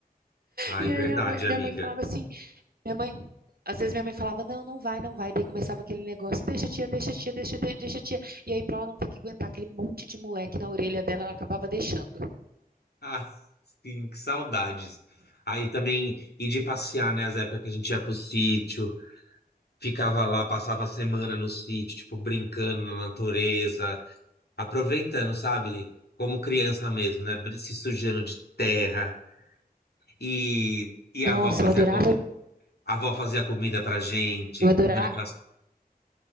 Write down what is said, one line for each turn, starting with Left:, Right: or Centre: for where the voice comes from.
Left: Ai,
Right: E
Left: verdade,
Right: aí a mãe- a minha
Left: amiga.
Right: mãe falava assim, minha mãe, às vezes minha mãe falava, não, não vai, não vai. Daí começava aquele negócio, deixa tia, deixa tia, deixa tia, deixa tia. E aí pra ela não ter que aguentar aquele monte de moleque na orelha dela, ela acabava deixando.
Left: Ai, sim, que saudades. Aí também ir de passear, né? As épocas que a gente ia pro sítio, ficava lá, passava a semana no sítio, tipo, brincando na natureza, aproveitando, sabe? Como criança mesmo, né? brin- Se sujando de terra. E, e
Right: Nossa,
Left: a avó fazia
Right: eu adorava,
Left: comida. A avó fazia comida pra gente,
Right: eu adorava
Left: comendo aquelas.